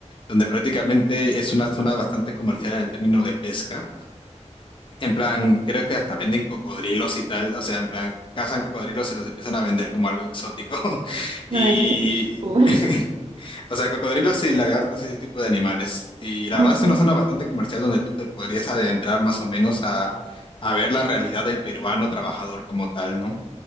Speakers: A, on the left; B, on the right.
A: donde prácticamente es una zona bastante comercial en el término de pesca. En plan, creo que hasta venden cocodrilos y tal, o sea, en plan, cazan cocodrilos y los empiezan a vender como algo exótico. <laughs>
B: Ay,
A: Y
B: qué horror.
A: <laughs> O sea, cocodrilos y lagartos y ese tipo de animales. Y la
B: Ajá.
A: verdad es una zona bastante comercial donde tú te podrías adentrar más o menos a, a ver la realidad del peruano trabajador como tal, ¿no?